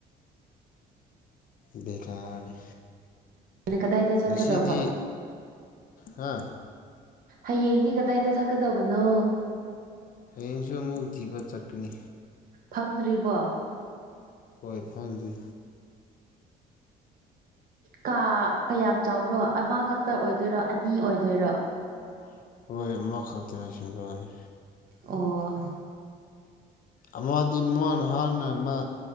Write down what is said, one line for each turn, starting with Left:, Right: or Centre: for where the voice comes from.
Left: ꯕꯦꯔꯥꯅꯤ
Right: ꯅꯪ ꯀꯗꯥꯏꯗ ꯆꯠꯀꯗꯧꯕ
Left: ꯉꯁꯤꯗꯤ ꯍꯥꯥ
Right: ꯍꯌꯦꯡꯗꯤ ꯀꯗꯥꯏꯗ ꯆꯠꯀꯗꯕꯅꯣ
Left: ꯍꯌꯦꯡꯁꯨ ꯑꯃꯨꯛ ꯊꯤꯕ ꯆꯠꯀꯅꯤ
Right: ꯐꯪꯗ꯭ꯔꯤꯕꯣ
Left: ꯍꯣꯏ ꯐꯪꯗꯤ
Right: ꯀꯥ ꯀꯌꯥꯝ ꯆꯥꯎꯕꯅꯣ ꯑꯃꯈꯛꯇ ꯑꯣꯏꯗꯣꯏꯔꯣ ꯑꯅꯤ ꯑꯣꯏꯗꯣꯏꯔꯣ
Left: ꯑꯣꯏꯒꯦꯔꯥ ꯍꯣꯏ ꯃꯣꯈꯜ ꯇꯁꯤꯤꯡ ꯂꯥꯟꯅꯤ
Right: ꯑꯣ
Left: ꯑꯃꯗꯤ ꯃꯣꯟ ꯍꯥꯟꯅ ꯑꯃ